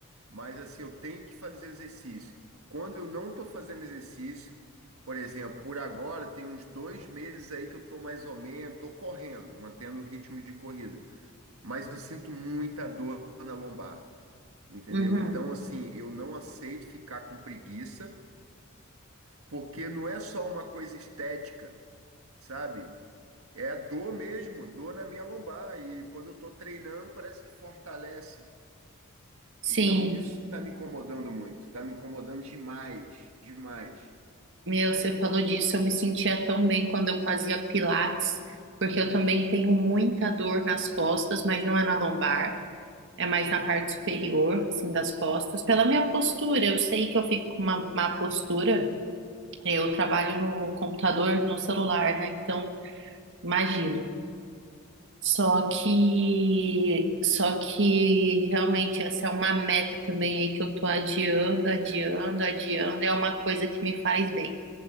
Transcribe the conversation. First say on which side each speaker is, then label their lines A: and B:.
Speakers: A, on the right; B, on the right.
A: Mas assim, eu tenho que fazer exercício. Quando eu não estou fazendo exercício, por exemplo, por agora tem uns dois meses aí que eu estou mais ou menos, estou correndo, mantendo o ritmo de corrida, mas eu sinto muita dor na lombar, entendeu?
B: Uhum.
A: Então, assim, eu não aceito ficar com preguiça, porque não é só uma coisa estética, sabe? É dor mesmo, dor na minha lombar. E quando eu estou treinando, parece que fortalece.
B: Sim.
A: Então isso está me incomodando muito, está me incomodando demais, demais.
B: Meu, você falou disso, eu me sentia tão bem quando eu fazia pilates, porque eu também tenho muita dor nas costas, mas não é na lombar, é mais na parte superior, assim, das costas. Pela minha postura, eu sei que eu fico com uma má postura, eu trabalho no computador, no celular, né? Então, imagino. Só que, só que realmente essa é uma meta também aí que eu tô adiando, adiando, adiando. É uma coisa que me faz bem.